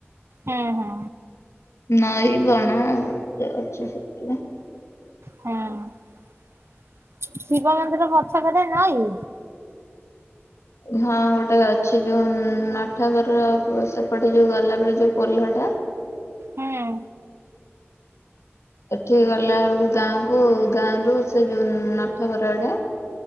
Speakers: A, on the right (about 65°); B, on the left (about 90°).
A: ହଁ ହଁ।
B: ନଇଁ ବଣ ସେ ଅଛି ସେଠି
A: ହଁ ଶିବ ମନ୍ଦିର ପଛ କରେ ନଇଁ?
B: ହଁ ଗୋଟେ ଅଛି ଯୋଉ ନଠାଗର ସେପଟେ ଯୋଉ ଗଲାବେଳେ ଯୋଉ ପୋଲଟା
A: ହଁ
B: ଏଠି ଗଲା ବେଳକୁ ଗାଁକୁ ଗାଁରୁ ସେ ଯୋଉ ନଠ ଘର ଆଡ଼େ?